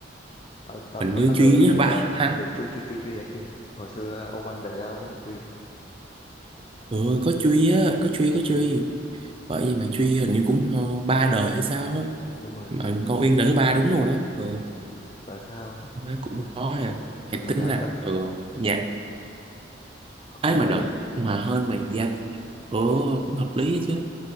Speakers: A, on the left; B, on the right.
A: ta, ta,
B: hình
A: bữa
B: như
A: ta
B: truy
A: tưởng chỉ
B: đó ba
A: là
B: ha
A: đừng chui chui chui chui hết chui hết hồi xưa ông anh rể tao cũng bị truy này
B: Trời ơi, có Truy á, có Truy, có Truy. Bởi vì mà Truy hình như cũng ờ, ba đời hay sao á.
A: đúng rồi
B: Mà con Uyên đời thứ ba đúng rồi đó. Ừ,
A: tại sao
B: má cũng
A: tại
B: có à.
A: tại- tại
B: Hãy
A: sao
B: tính
A: nhà
B: là
A: cấm
B: ừ, nhạc ấy
A: cũng
B: mà
A: hợp
B: đợt
A: lý
B: mà hơn mà danh. Ừ, cũng hợp lý ấy chứ.